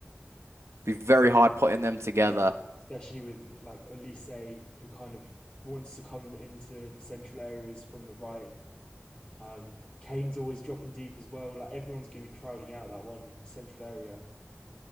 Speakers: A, on the right (about 65°); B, on the left (about 20°).
A: Be very hard putting them together.
B: especially with like Olise, who kind of wants to come into central areas from the right. Um, Kane's always dropping deep as well. Like everyone's going to be crowding out that one central area.